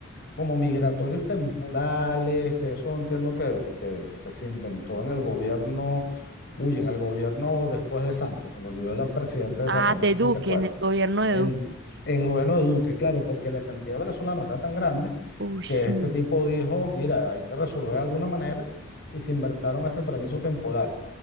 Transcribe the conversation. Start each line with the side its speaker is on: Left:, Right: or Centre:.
Left: como migratorios temporales, que eso entiendo que, que- que se inventó en el gobierno, uy, en el gobierno después de Santos, se me olvidó la presidenta de
Right: Ah,
Left: esa época, no
Right: de
Left: sé
Right: Duque,
Left: si te acuerdas,
Right: en el gobierno de
Left: el,
Right: Duque.
Left: en el gobierno de Duque, claro, porque la cantidad de venezolanos era tan grande
Right: Uy, sí.
Left: que este tipo dijo, mira, hay que resolver de alguna manera, y se inventaron ese permiso temporal.